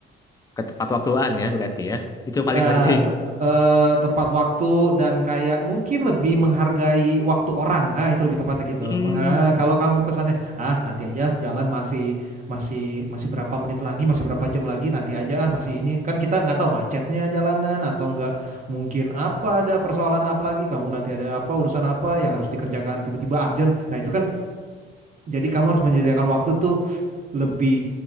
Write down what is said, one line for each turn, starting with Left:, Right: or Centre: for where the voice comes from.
Left: ketepat waktuan ya berarti ya. Itu yang
Right: Ya,
Left: paling penting.
Right: te- te- eh, tepat waktu dan kayak mungkin lebih menghargai waktu orang. Ah, itu lebih tepatnya gitu.
Left: Hmm,
Right: Mengha- ah, kalau kamu kesannya, ah nanti aja jalan masih masih masih berapa menit lagi, masih berapa jam lagi, nanti aja ah masih ini. Kan kita nggak tahu macetnya jalanan atau nggak mungkin apa ada persoalan apa lagi, kamu nanti ada apa urusan apa yang harus dikerjakan tiba-tiba urgent. Nah, itu kan jadi kamu harus menyediakan waktu tuh lebih